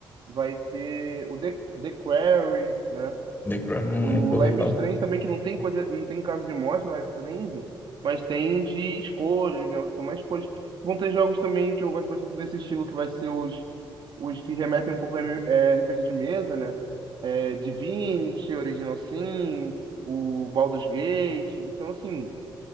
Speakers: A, on the right; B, on the left.
A: vai ter o The, The Quarry, né?
B: The Crown, nu-
A: O
B: nunca ouvi
A: Life
B: falar.
A: is Strange também, que não tem coisa, não tem caso de morte no Life is Strange, mas tem de escolhas, né? Você toma escolhas. Vão ter jogos também que eu gosto bastante desse estilo, que vai ser os, os que remetem um pouco a M- é, RPG de mesa, né? É, Divinity, Original Sin, o Baldur's Gate. Então, assim.